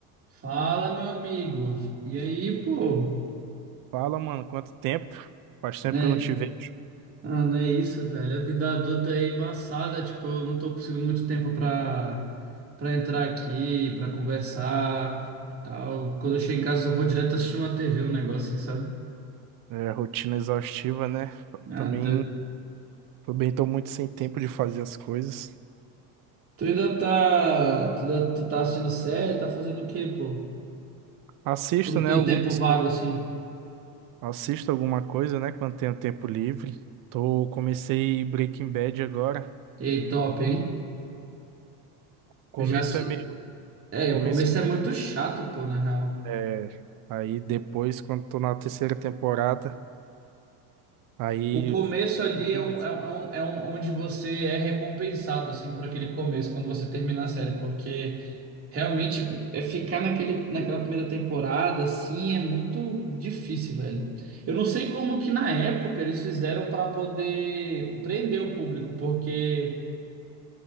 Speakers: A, on the right; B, on the right.
A: Fala, meu amigo. E aí, pô?
B: Fala, mano, quanto tempo? Faz tempo
A: Né?
B: que eu não te vejo.
A: Ah, não é isso, velho. A vida adulta é embaçada. Tipo, eu não tô conseguindo muito tempo pra, pra entrar aqui, pra conversar e tal. Quando eu chego em casa, eu vou direto assistir uma TV, um negócio assim, sabe?
B: É, rotina exaustiva, né? Também,
A: Ah, tu,
B: também tô muito sem tempo de fazer as coisas.
A: tu ainda tá. Tu, da- tu tá assistindo série? Tá fazendo o quê, pô?
B: Assisto,
A: Tipo, no
B: né,
A: teu
B: algumas,
A: tempo vago, assim.
B: assisto alguma coisa, né, quando tenho tempo livre. Tô, comecei Breaking Bad agora.
A: Ei, top, hein?
B: O começo
A: Eu já se.
B: é meio,
A: É,
B: o começo
A: o começo é muito chato, pô, na real.
B: É, aí depois, quando tô na terceira temporada, aí,
A: O começo ali
B: Curti,
A: é, um,
B: mas.
A: é, um, é um, é um, onde você é recompensado, assim, por aquele começo, quando você termina a série, porque realmente é ficar naquele, naquela primeira temporada, assim, é muito difícil, velho. Eu não sei como que na época eles fizeram para poder prender o público, porque